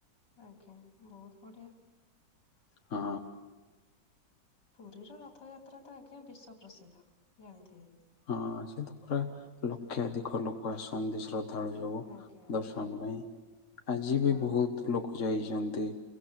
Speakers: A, on the left; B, on the left.
A: ଆଜ୍ଞା ବହୁତ ବଢିଆ।
B: ହଁ।
A: ପୁରୀର ରଥଯାତ୍ରା ତ ଆଜ୍ଞା ବିଶ୍ଵ ପ୍ରସିଦ୍ଧ ଜାଣିଥିବେ।
B: ହଁ ସେତ ପୁରା ଲକ୍ଷାଧିକ ଲୋକ ଆସନ୍ତି ଶ୍ର ଦ୍ଧାଳୁ <unintelligible>
A: ଆଜ୍ଞା ଆଜ୍ଞା
B: ଦର୍ଶନ ପାଇଁ ଆଜି ବି
A: ହଁ
B: ବହୁତ ଲୋକ ଯାଇଚନ୍ତି